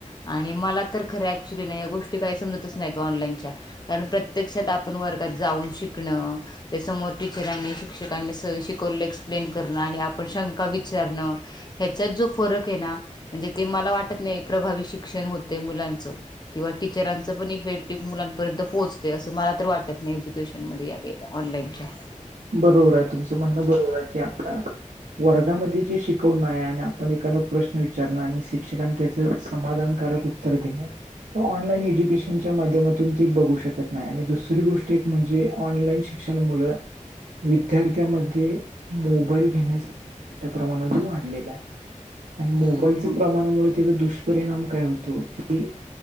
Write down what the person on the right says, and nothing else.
बरोबर आहे तुमचं म्हणणं बरोबर आहे की आता वर्गामध्ये जे शिकवणं आहे आणि आपण एखादा प्रश्न विचारण आणि शिक्षकांन त्याच समाधानकारक उत्तर <unintelligible> ऑनलाईन एज्युकेशनच्या माध्यमातून ते बघू शकत नाय आणि दुसरी गोष्ट एक म्हणजे ऑनलाईन क्षणमुळ विद्यार्थ्यांमध्ये मोबाईल घेण्याचा मोठ्या प्रमाणात वाढलेलं आहे. आणि मोबाईलच्या
प्रमाणामुळे त्याचा दुष्परिणाम काय होतो की